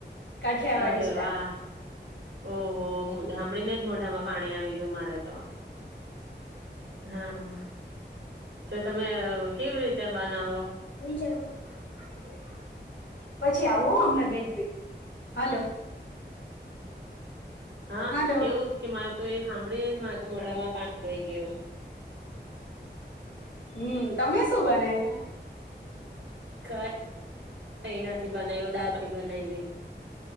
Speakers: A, on the left; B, on the right.
A: કઠિયા વાડી
B: અરે
A: સ્ટાઇલ.
B: વાહ ઓહો સાંભળીને જ મોઢામાં પાણી આવી ગયું મારે તો હા તો તમે કેવી રીતે બનાવો
A: એની જગર. <unintelligible> પછી આવું હમણા બેજવીટ, હલો.
B: હા
A: હલો
B: કેવું કે મારે તો એ સાંભળીને જ મારે તો મોઢામાં પાણી આવી ગયો.
A: હમ તમે શું બનાવ્યું?
B: કઈ નથી. બનાું દળ ભ બનાવી.